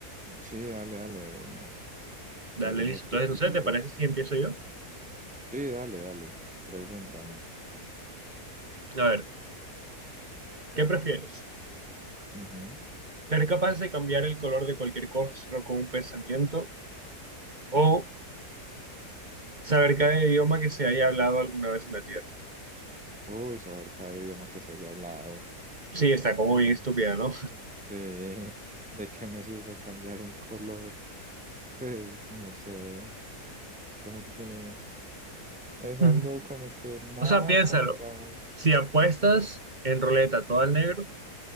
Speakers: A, in the centre; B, on the right.
A: sí, dale, dale, de una.
B: Dale,
A: Juguemos
B: listo. Entonces,
A: qué prefieres.
B: no sé, ¿te parece si empiezo yo?
A: Sí, dale, dale. Pregúntame.
B: A ver, ¿qué prefieres?
A: Ujú.
B: ¿Ser capaz de cambiar el color de cualquier cosa solo con un pensamiento o Saber cada idioma que se haya hablado alguna vez en la Tierra.
A: Uy, saber cada idioma que se haya hablado.
B: Sí, está como
A: Uy,
B: bien estúpida,
A: s-
B: ¿no?
A: sí. ¿De qué me sirve cambiar un color? Pues no sé. Como que es
B: Mm.
A: algo como que nada
B: O sea, piénsalo.
A: contra.
B: Si apuestas en ruleta todo al negro,